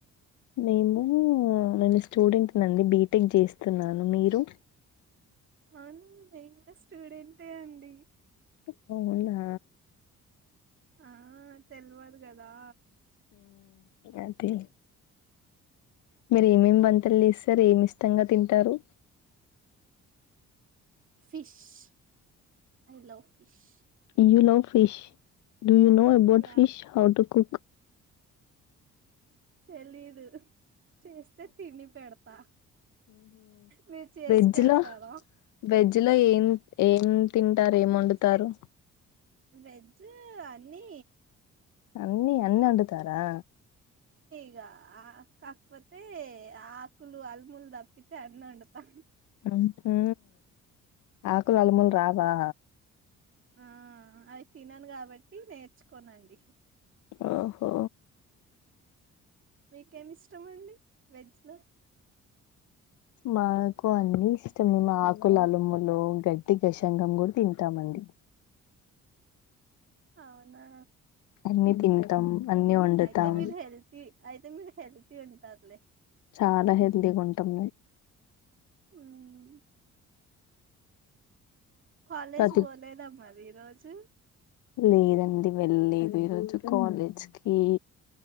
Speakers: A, on the left; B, on the right.
A: నేము నేను స్టూడెంట్ నండి బీటెక్ చేస్తున్నాను మీరు
B: అవును మెయిన్ స్టూడెంటె అండి
A: ఇ అవునా
B: ఆ తెల్వదు కదా
A: అదే మీరు ఏమేమి బంతలు లేస్త సారు ఏమి ఇష్టంగా తింటారు
B: fish hello fish
A: hello fish do you know about
B: yeah
A: fish how to cook
B: తెలీదు చేస్తే తిండి పెడతా మీరు చేసి
A: వెజ్
B: పెడతారా
A: లో వెజ్ లో ఏం ఏం తింటారు ఏం
B: వెజ్
A: వండుతారు
B: వెజ్ అన్ని
A: అన్నీ అన్న వాండ్ ఇ తారా
B: ఇ ఆ కాకపోతే ఆకులు అల్ములు తప్పితే అన్ని వండుతా
A: అంతే ఆకులు అలములు రావా
B: ఆ అవి తినను కాబట్టి నేర్చుకోనండి
A: ఓహో
B: మీకేమి ఇష్టమండి వెజ్ లో
A: మాకు అన్ని ఇష్టం మే మా ఆకుల అలుమ్మలు గడ్డి గషంగం కూడా తింటామండి
B: అవునా
A: న్ని తింటాం అన్ని వండుతాం
B: అయితే మీరు హెల్తి అయితే మీరు హెల్ ఉంటారులే
A: చాలా హెల్తీగా ఉంటాం
B: మ్మ్ కాలేజ్
A: ప్రతి
B: పోలేదమ్మ అది ఈ రోజు
A: లేదండి. వెళ్ళలేదు ఈ రోజు కాలేజ్కి